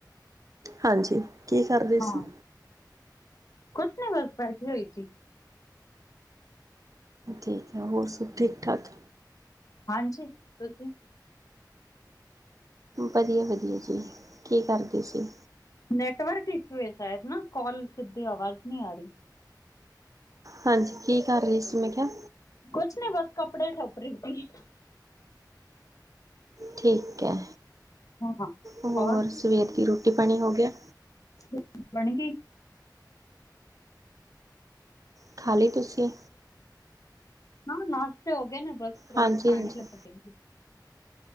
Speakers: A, on the right; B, on the left.
A: ਹਾਂਜੀ, ਕੀ ਕਰਦੇ
B: ਹਾਂ,
A: ਸੀ?
B: ਕੁਛ ਨੀ ਬਸ ਬੈਠੀ ਹੋਈ ਸੀ।
A: ਠੀਕ ਹੈ ਹੋਰ ਸਭ ਠੀਕ-ਠਾਕ?
B: ਹਾਂਜੀ ਤੁਸੀਂ
A: ਵਧੀਆ-ਵਧੀਆ ਜੀ ਕੀ ਕਰਦੇ ਸੀ?
B: ਨੈਟਵਰਕ ਇਸ਼ੂ ਹੈ ਸ਼ਾਇਦ ਨਾ ਕਾਲ ਸਿੱਧੀ ਆਵਾਜ਼ ਨਹੀਂ ਆ ਰਹੀ।
A: ਹਾਂਜੀ ਕੀ ਕਰ ਰਹੇ ਸੀ ਮੈਂ ਕਿਹਾ?
B: ਕੁਛ ਨੀ ਬਸ ਕੱਪੜੇ ਠੋਪਰੀ ਦੀ।
A: ਠੀਕ ਹੈ,
B: ਹਾਂ
A: ਹੋਰ
B: ਔਰ
A: ਸਵੇਰ ਦੀ ਰੋਟੀ ਪਾਣੀ ਹੋ ਗਿਆ?
B: ਰੋਟੀ ਬਣ ਗਈ।
A: ਖਾ ਲਈ ਤੁਸੀਂ
B: ਹਾਂ ਨਾਸ਼ਤੇ ਹੋ ਗਏ ਨੇ ਬਸ ਰੋਟੀ
A: ਹਾਂਜੀ
B: ਖਾਣ
A: ਹਾਂਜੀ
B: ਹੀ ਲੱਗੇ ਨੇ।